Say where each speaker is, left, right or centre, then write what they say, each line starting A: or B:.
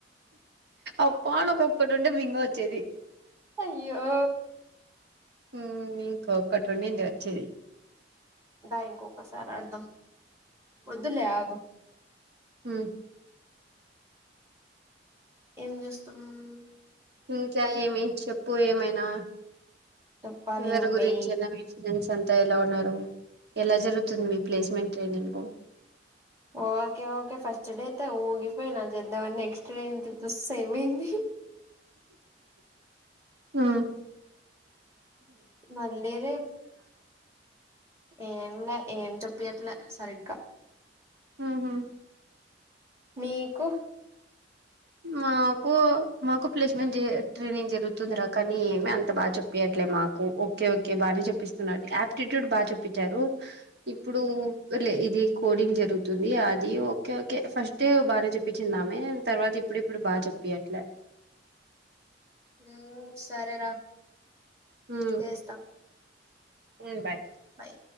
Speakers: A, on the right (about 65°); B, on the right (about 15°).
A: అబ్బా నకు ఒక్కటుంటే బింగో వచ్చేది
B: అయ్యో
A: హ్మ్ ఇంకొక్కటి ఉండింది వచ్చేది
B: దా ఇంకొకసారి ఆడుదాం పొద్దున్నే ఆడదాం.
A: ఉమ్.
B: ఏం చేస్తున్నారు.
A: ఇంకా ఏమి చెప్పు ఏమైనా.
B: చెప్పాలి
A: ఎవరి
B: నువ్వే
A: గురించి అయినా చెప్పు విషయ. అంతా ఎలా ఉన్నారు ఎలా జరుగుతుంది మీ placement training.
B: Okay okay first day అయితే ఊగిపోయిన చేద్దామని నెక్స్ట్ డే ఉంది. అసలేమైంది.
A: ఆహ్.
B: మళ్ళీరే ఏంలే ఏం చెప్పియట్లే. సరిగ్గా.
A: అమ్మ.
B: మీకు.
A: మాకు మాకు ప్లేస్మెంట్ ట్రైనింగ్ జరుగుతుందిరా కానీ ఏమి అంత బాగా చుప్పియరు. ఆహ్ మాకు ఓకే ఓకే బాగానే చుపిస్తున్నాది ఆప్టిట్యూడ్ బాగా చుప్పించారు. ఇప్పుడులే. ఇది కోడింగ్ జరుగుతుంది అది ఓకే ఓకే ఫస్ట్ డే బాగానే చుప్పించిందామే తర్వాత. ఇప్పుడు బాగా చుప్పియట్లే.
B: ఉమ్ సరేరా
A: ఉమ్,
B: చేస్తా.
A: ఉమ్ బాయ్.
B: బాయ్.